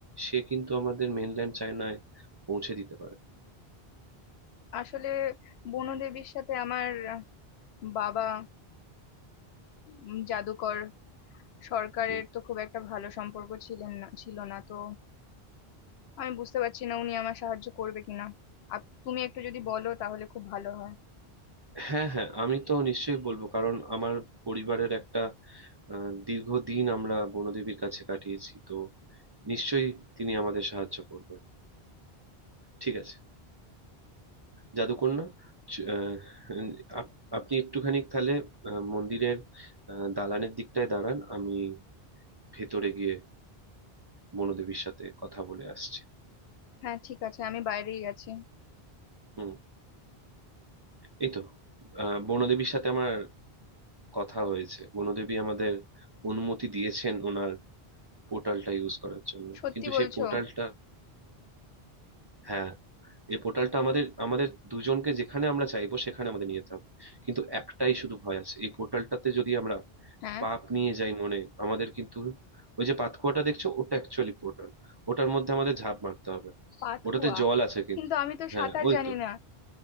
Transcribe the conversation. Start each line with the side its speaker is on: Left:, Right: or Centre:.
Right: সে কিন্তু আমাদের মেনল্যান্ড চায়নায় পৌঁছে দিতে পারে
Left: আসলে বনদেবীর সাথে আমার বাবা উম, জাদুকর সরকারের
Right: হুম।
Left: তো খুব একটা ভালো সম্পর্ক ছিলেন না ছিল না তো আমি বুঝতে পারছি না উনি আমার সাহায্য করবে কিনা আপ তুমি একটু যদি বলো তাহলে খুব ভালো হয়
Right: হ্যাঁ হ্যাঁ আমি তো নিশ্চয়ই বলবো কারণ আমার পরিবারের একটা আহ, দীর্ঘদিন আমরা বনদেবীর কাছে কাটিয়েছি তো নিশ্চয়ই তিনি আমাদের সাহায্য করবে ঠিক আছে জাদুকন্যা চ- আহ, আপ- আপনি একটুখানি তাহলে আহ, মন্দিরের আহ, দালানের দিকটায় দাঁড়ান আমি ভেতরে গিয়ে বনদেবীর সাথে কথা বলে আসছি
Left: হ্যাঁ ঠিক আছে আমি বাইরেই আছি
Right: হুম এই তো আহ, বনদেবীর সাথে আমার কথা হয়েছে বনদেবী আমাদের অনুমতি দিয়েছেন ওনার পোর্টালটা ইউজ করার জন্য
Left: সত্যি
Right: কিন্তু
Left: বলছো
Right: সেই পোর্টালটা হ্যাঁ এই পোর্টালটা আমাদের আমাদের দুজনকে যেখানে আমরা চাইবো সেখানে আমাদের নিয়ে যেতে হবে কিন্তু একটাই শুধু ভয় আছে এই পোর্টালটাতে যদি আমরা
Left: হ্যাঁ
Right: পাপ নিয়ে যাই মনে আমাদের কিন্তু ওই যে পাতকুয়াটা দেখছো ওটা অ্যাকচুয়ালি পোর্টাল ওটার মধ্যে আমাদের ঝাঁপ মারতে হবে
Left: পাতকুয়া
Right: ওটাতে জল আছে কিন্তু
Left: কিন্তু আমি তো
Right: হ্যাঁ
Left: সাঁতার
Right: ওই
Left: জানি
Right: তো
Left: না